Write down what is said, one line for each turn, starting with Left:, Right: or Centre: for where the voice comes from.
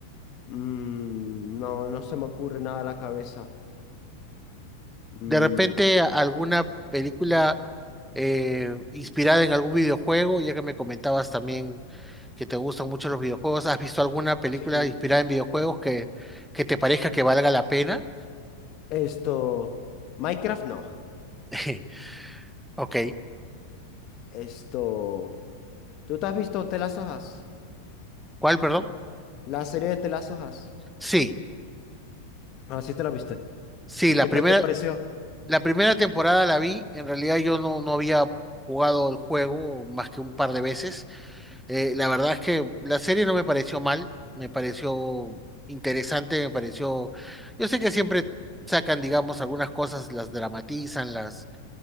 Left: mm, no, no se me ocurre nada a la cabeza. Mm,
Centre: De repente a- alguna película eh, inspirada en algún videojuego, ya que me comentabas también que te gustan mucho los videojuegos. ¿Has visto alguna película
Left: sí.
Centre: inspirada en videojuegos que, que te parezca que valga la pena?
Left: Esto. Minecraft no.
Centre: <laughs> Ok.
Left: Esto. ¿Tú te has visto The Last of Us?
Centre: ¿Cuál, perdón?
Left: La serie de The Last of Us.
Centre: Sí,
Left: Ah, sí te la viste.
Centre: sí, la
Left: ¿Qué
Centre: primera.
Left: tal te pareció?
Centre: La primera temporada la vi, en realidad yo no, no había jugado el juego más que un par de veces. Eh, la verdad es que la serie no me pareció mal, me pareció interesante, me pareció... Yo sé que siempre sacan, digamos, algunas cosas, las dramatizan, las,